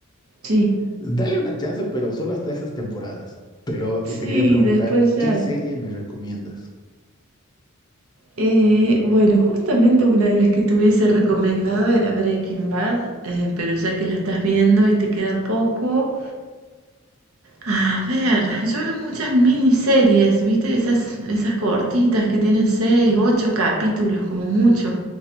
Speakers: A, on the right; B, on the left.
A: Sí,
B: Dale una chance, pero solo hasta esas temporadas. Pero
A: sí,
B: eh, te quería preguntar,
A: después ya.
B: ¿qué serie me recomiendas?
A: Eh, bueno, justamente una de las que te hubiese recomendado era Breaking Bad, eh, pero ya que la estás viendo y te queda poco, A ver, yo veo muchas miniseries, ¿viste? Esas, esas cortitas que tienen seis, ocho capítulos como mucho.